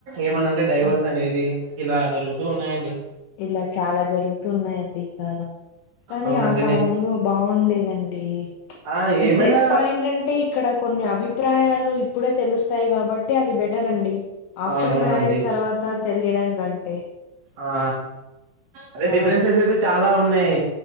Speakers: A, on the right; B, on the left.
A: ఏమన అంటే డైవర్స్
B: అవును.
A: అనేది ఇలా జరుగుతూ ఉన్నాయండి
B: ఇలా చాలా జరుగుతుూ ఉన్నాయండి ఈ కాలం కానీ
A: అవునండి
B: ఆ కాలంలో
A: నే
B: బాగుండేదండి
A: ఆ
B: ఈ
A: ఏమైనా
B: ప్లస్ పాయింట్ అంటే ఇక్కడ కొన్ని అభిప్రాయాలు ఇప్పుడే తెలుస్తాయి కాబట్టి అది బెటర్ అండి ఆఫ్టర్
A: అవునవునండి
B: మ్యారేజ్ తర్వాత తెలియడం కంటే
A: ఆ అదే
B: ఆ
A: డిఫరెన్సెస్ అయితే చాలా ఉన్నాయి